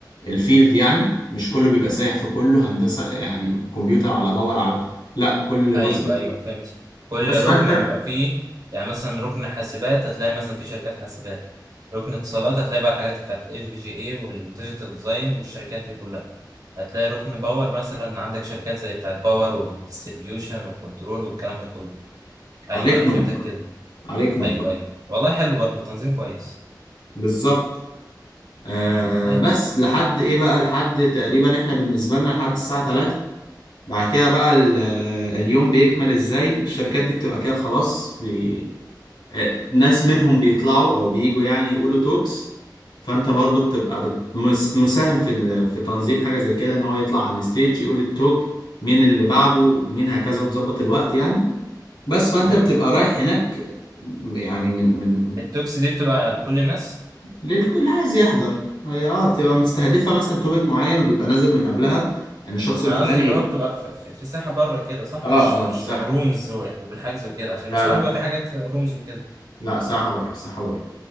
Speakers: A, on the left (about 85°); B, on the right (about 55°).
A: الفيلد يعني مش كله بيبقى سايح في كله هندسة يعني كمبيوتر على باور على لا كل
B: ايوه
A: جزء
B: ايوه فهمت كل
A: بس فانت
B: ركن بيبقى فيه يعني مثلا ركن حاسبات هتلاقي مثلا في شركات حاسبات ركن اتصالات هتلاقي بقى الحاجات بتاعت الاف بي جي اي والديجيتال ديزاين والشركات دي كلها هتلاقي ركن باور مثلا عندك شركات زي بتاعت باور والديستريبيوشن والكنترول والكلام ده كله ايوه
A: عليك
B: انا فهمتك
A: نور
B: كده
A: عليك نور
B: ايوه ايوه والله حلو برضه تنظيم كويس
A: بالظبط آه
B: امم ماشي
A: بس لحد ايه بقى لحد تقريبا احنا بالنسبة لنا لحد الساعة 3 بعد كده بقى ال- آه، اليوم بيكمل ازاي الشركات دي بتبقى كده خلاص بي... آه، ناس منهم بيطلعوا او بييجوا يعني يقولوا توكس فانت برضو بتبقى بت... مس- مساهم في ال... في تنظيم حاجة زي كده ان هو يطلع على الستيج يقول التوك مين اللي بعده ومين هكذا وتظبط الوقت يعني بس فانت
B: امم
A: بتبقى رايح هناك يعني من من
B: التوكس دي بتبقى لكل الناس
A: للكل عايز يحضر هي اه بتبقى مستهدفة
B: اه
A: مثلا توبيك معين وبيبقى نازل من قبلها يعني الشخص الفلاني
B: انا قصدي اللي هو بتبقى في, في, في الساحه بره كده صح
A: اه
B: مش مش
A: اه في ساحة
B: رومز والحجز وكده عشان
A: لا
B: ساعات
A: لا
B: بيبقى في حاجات رومز وكده
A: لا ساحة بره ساحة بره